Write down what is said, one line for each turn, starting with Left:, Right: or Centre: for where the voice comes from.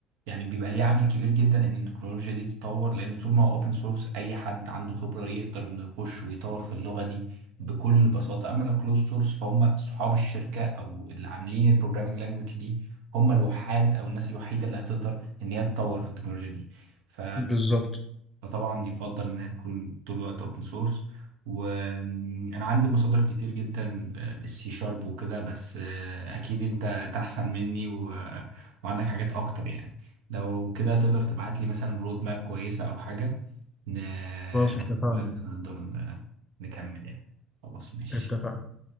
Right: يعني بيبقى ليه عامل كبير جدا ان التكنولوجيا دي تتطور لان طول ما هو اوبن سورس اي حد عنده خبرة يقدر انه يخش ويطور في اللغة دي بكل بساطة اما لو كلوز سورس فهم صحاب الشركة او اللي عاملين البروجرامينج لانجوج دي هم الوحاد او الناس الوحيدة اللي هتقدر ان هي تطور في التكنولوجيا دي ف
Left: بالظبط
Right: فطبعا يفضل إنها تكون طول الوقت أوبن سورس وأنا عندي مصادر كتير جدا للسي شارب وكده بس آه، أكيد أنت أنت أحسن مني و... وعندك حاجات أكتر يعني لو كده تقدر تبعت لي مثلا رود ماب كويسة أو حاجة ن...
Left: خلاص اتفقنا
Right: من خلالها نقدر ن... نكمل يعني خلاص ماشي
Left: اتفقنا